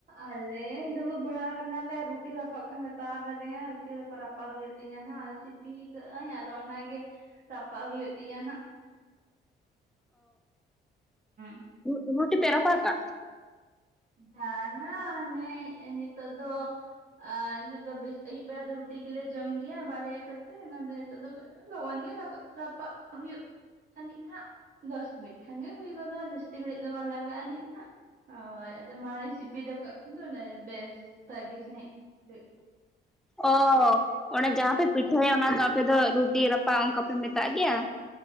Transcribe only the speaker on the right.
ᱟᱞᱮ ᱫᱩᱲᱩᱵ ᱵᱟᱲᱟᱣ ᱠᱟᱱᱟᱞᱮ ᱨᱩᱴᱤ ᱨᱟᱯᱟᱜ ᱠᱚ ᱢᱮᱛᱟᱣ ᱠᱟᱫᱤᱧᱟ ᱨᱩ ᱴᱤ ᱨᱮᱠᱚ ᱨᱟᱯᱟᱜ ᱦᱩᱭᱩᱜ ᱛᱤᱧᱟᱹ ᱱᱟᱦᱟᱜ ᱟᱨ ᱥᱤᱯᱤᱭ ᱠᱟᱜᱼᱟᱹᱧ ᱟᱫᱚ ᱚᱱᱟᱜᱮ ᱨᱟᱯᱟᱜ ᱦᱩᱭᱩᱜ ᱛᱤᱧᱟᱹ ᱱᱟᱦᱜ <inaudible>
ᱵᱟᱝᱟ ᱱᱮ ᱱᱤᱛᱚᱜ ᱫᱚ ᱟᱨ ᱱᱤᱛᱚᱜ ᱫᱚ ᱵᱮᱥ ᱟᱹᱭᱩᱵ ᱵᱮᱲᱟ ᱫᱚ ᱨᱩᱴᱤ ᱜᱮᱞᱮ ᱡᱚᱢ ᱜᱮᱭᱟ ᱵᱟᱨᱭᱟ ᱠᱟᱛ ᱛᱮ ᱚᱱᱟ ᱫᱚ ᱱᱤᱛᱚᱜ ᱫᱚ ᱞᱚᱜᱚᱱ ᱜᱮ ᱨᱟᱠᱟᱜ ᱨᱟᱯᱟᱜ ᱦᱩᱭᱩᱜ ᱟᱹᱱᱤᱡ ᱱᱟᱦᱟᱜ ᱫᱚᱥ ᱢᱤᱱᱤᱴ ᱠᱷᱟᱱ ᱜᱮ ᱦᱩᱭ ᱜᱚᱫᱚᱜᱼᱟ ᱡᱟᱹᱥᱛᱤ ᱜᱷᱟᱹᱲᱤᱡ ᱫᱚ ᱵᱟᱝ ᱞᱟᱜᱟᱜᱼᱟ ᱟᱹᱱᱤᱡ ᱱᱟᱦᱟᱜ᱾ ᱦᱳᱭ ᱟᱫᱚ ᱢᱟᱲᱮ ᱥᱤᱯᱤ ᱫᱚ ᱠᱟᱜ ᱠᱷᱟᱱ ᱫᱚ ᱚᱱᱮ ᱵᱮᱥ ᱵᱦᱟᱜᱮ ᱥᱟᱺᱦᱤᱡ ᱨᱤᱫ᱾